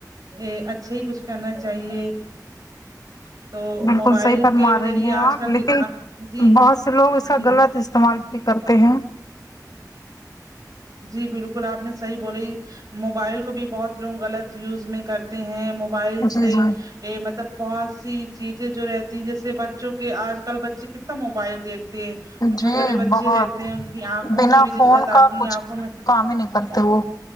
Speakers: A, on the right; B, on the left.
A: ا اچھا ہی کچھ کرنا چاہیے
B: ہ
A: تو
B: <unintelligible> بالکل
A: موبائل
B: صحیح فرما
A: کے
B: رہی
A: ذریعے
B: ہیں
A: آج
B: آپ
A: کل
B: لیکن
A: کے آ- جی
B: بہت سے لوگ اس کا
A: جی
B: غلط استعمال کرتے ہیں
A: جی بالکل آپ نے صحی بولی موبائل کو بھی بہت لوگ غلط یوز میں کرتے ہیں موبائل
B: جی
A: سے
B: جی
A: یہ مطلب بہت سی چیزیں جو رہتی ہیں جیسے بچوں کے آج کل بچے کتنا موبائل دیکھ وہ چھوٹے
B: جی
A: چھوٹے بچے
B: بہت
A: رہتے ہیں ان کی آنکھوں
B: بنا
A: میں بھی
B: فون
A: دقت
B: کا
A: آتی
B: کچھ
A: ہے آنکھوں میں
B: کام ہی نہیں کرتے وہ